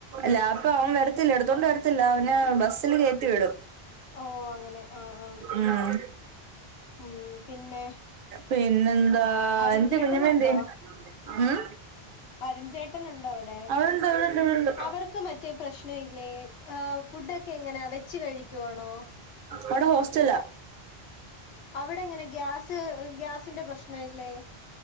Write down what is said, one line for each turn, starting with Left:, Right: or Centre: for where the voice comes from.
Right: ലാപ്പവന് വരത്തില്ല ഇട്ത്തൊണ്ട് വരത്തില്ല അവന് ബസ്സില് കയറ്റി വിടും.
Left: ഓ അങ്ങനെ ആഹ് ആഹ്
Right: ഉം
Left: ഉം പിന്നെ
Right: പിന്നെന്താ
Left: അരുൺ
Right: എന്തേ
Left: ചേട്ടനുണ്ടോ
Right: കുഞ്ഞമ്മന്തേ ഉം
Left: അരുൺചേട്ടന്ണ്ടോവടെ
Right: അവളുണ്ട് അവളുണ്ട് ഇവിടുണ്ട്
Left: അവർക്ക് മറ്റേ പ്രശ്നോയ് ല്ലെ ഏഹ് ഫുഡൊക്കെങ്ങനാ വെച്ച് കഴിക്കുവാണോ?
Right: അവടെ ഹോസ്റ്റലാ.
Left: അവടെ ങ്ങനെ ഗ്യാസ് ഗ്യാസിന്റെ പ്രശ്നല്ലേ?